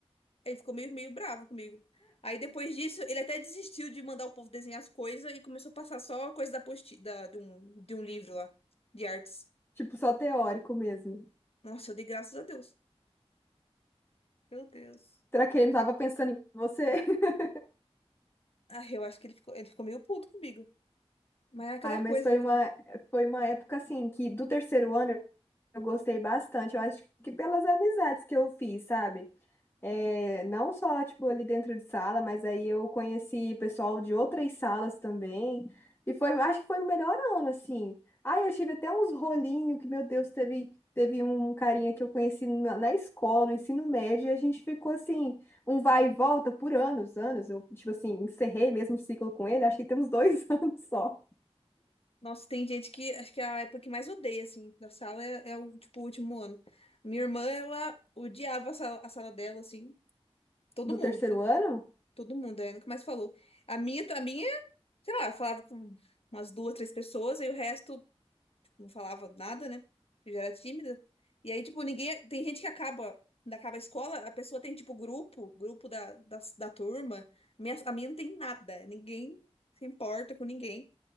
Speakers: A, on the left; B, on the left.
A: Ele ficou meio, meio bravo comigo. Aí depois disso, ele até desistiu de mandar o povo desenhar as coisas e começou a passar só coisa da posti da, de um, de um livro lá, de artes.
B: Tipo, só teórico mesmo.
A: Nossa, eu dei graças a Deus. Meu Deus.
B: Será que ele não tava pensando em você? <laughs>
A: Ah, eu acho que ele ficou, ele ficou meio puto comigo. Mas é cada
B: Ai, mas
A: coisa
B: foi
A: que
B: uma,
A: eu
B: foi uma época, assim, que do terceiro ano eu gostei bastante. Eu acho que pelas amizades que eu fiz, sabe? É, não só, tipo, ali dentro de sala, mas aí eu conheci pessoal de outras salas também. E foi, acho que foi o melhor ano, assim. Ai, eu tive até uns rolinhos que, meu Deus, teve, teve um carinha que eu conheci na, na escola, no ensino médio, e a gente ficou assim, um vai e volta por anos, anos. Eu, tipo assim, encerrei mesmo o ciclo com ele, acho que tem uns dois <laughs> anos só
A: Nossa, tem gente que acho que é a época que mais odeia, assim, da sala é, é o, tipo, o último ano. Minha irmã, ela odiava a sala, a sala dela, assim, todo
B: do
A: mundo,
B: terceiro
A: to-
B: ano.
A: todo mundo, aí nunca mais falou. A minha, a minha, sei lá, eu falava com umas duas, três pessoas, aí o resto, tipo, não falava nada, né? Eu já era tímida. E aí, tipo, ninguém, tem gente que acaba, quando acaba a escola, a pessoa tem, tipo, grupo, grupo da, da, da turma. Minha, a minha não tem nada, ninguém se importa com ninguém.